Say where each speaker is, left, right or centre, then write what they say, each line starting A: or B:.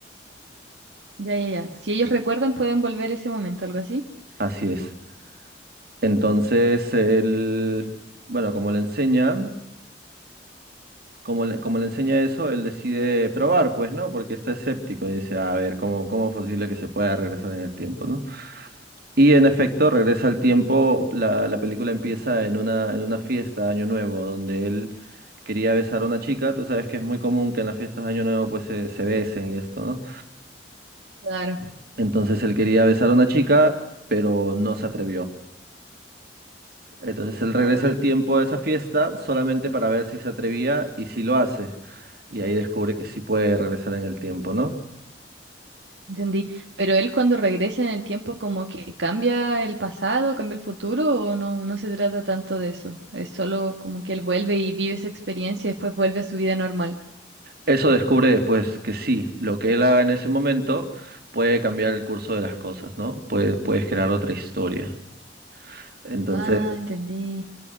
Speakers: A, on the right (about 80°); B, on the right (about 60°).
A: ya, ya, ya. Si ellos recuerdan, pueden volver a ese momento, algo así.
B: Así es. Entonces, él, bueno, como le enseña, como le, como le enseña eso, él decide probar, pues, ¿no? Porque está escéptico y dice, a ver, ¿cómo, cómo es posible que se pueda regresar en el tiempo, ¿no? Y en efecto, regresa al tiempo, la, la película empieza en una, en una fiesta de Año Nuevo, donde él quería besar a una chica, tú sabes que es muy común que en las fiestas de Año Nuevo pues se, se besen y esto, ¿no?
A: Claro.
B: Entonces él quería besar a una chica, pero no se atrevió. Entonces él regresa
A: Ah,
B: al tiempo de esa fiesta solamente para ver si se atrevía y si lo hace. Y ahí descubre que sí puede regresar en el tiempo, ¿no?
A: entendí. Pero él cuando regresa en el tiempo, como que cambia el pasado, cambia el futuro, o no, no se trata tanto de eso. Es solo como que él vuelve y vive esa experiencia y después vuelve a su vida normal.
B: Eso descubre después que sí, lo que él haga en ese momento puede cambiar el curso de las cosas, ¿no? Puede, puedes crear otra historia. Entonces,
A: Ah, entendí.